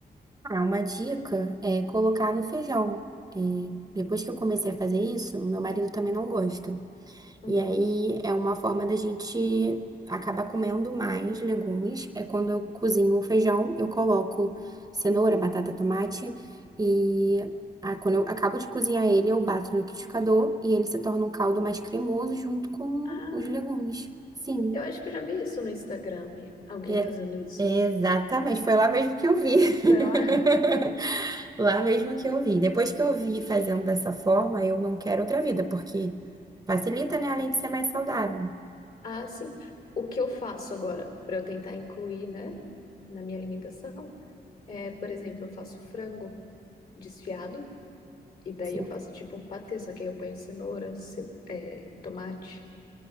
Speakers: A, on the right; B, on the left.
A: Ah, uma dica é colocar no feijão. É, depois que eu comecei a fazer isso, meu marido também não gosta.
B: Uhum.
A: E aí é uma forma da gente acabar comendo mais legumes. É quando eu cozinho o feijão, eu coloco cenoura, batata, tomate e ah, quando eu acabo de cozinhar ele, eu bato no liquidificador e ele se torna um caldo mais cremoso junto com
B: Ah,
A: os legumes. Sim.
B: eu acho que eu já vi isso no Instagram, alguém
A: É-
B: fazendo isso.
A: exatamente, foi lá mesmo que eu vi. <laughs>
B: Sei lá.
A: Lá mesmo que eu vi. Depois que eu vi fazendo dessa forma, eu não quero outra vida, porque facilita, né? Além de ser mais saudável.
B: Ah, sim. O que eu faço agora pra eu tentar incluir, né, na minha alimentação? É, por exemplo, eu faço frango desfiado e daí
A: Sim.
B: eu faço tipo um patê, só que aí eu ponho cenoura, ce- é, tomate